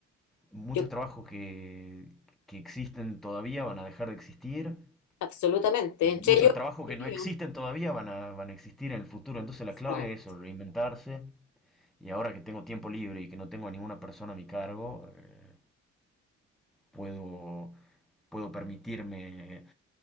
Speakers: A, in the centre; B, on the left (about 70°).
A: muchos
B: Yo,
A: trabajos que, que existen todavía van a dejar de existir.
B: absolutamente,
A: Y
B: entre
A: muchos
B: ellos,
A: trabajos
B: el
A: que
B: mío.
A: no existen todavía van a, van a existir en el futuro. Entonces
B: Exacto.
A: la clave es eso, reinventarse. Y ahora que tengo tiempo libre y que no tengo a ninguna persona a mi cargo, eh, puedo, puedo permitirme,